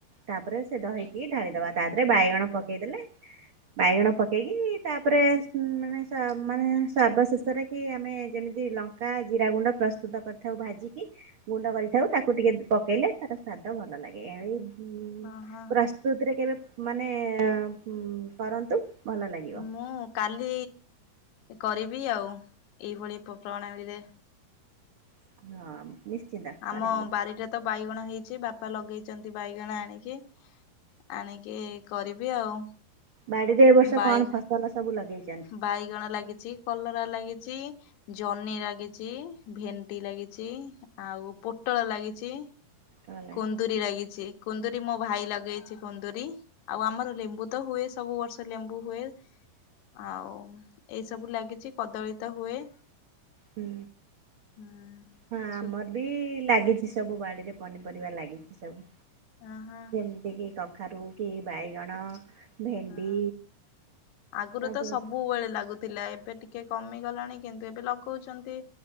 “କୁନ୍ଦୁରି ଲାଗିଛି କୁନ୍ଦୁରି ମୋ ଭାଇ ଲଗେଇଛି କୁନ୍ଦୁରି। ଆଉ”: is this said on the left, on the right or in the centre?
Left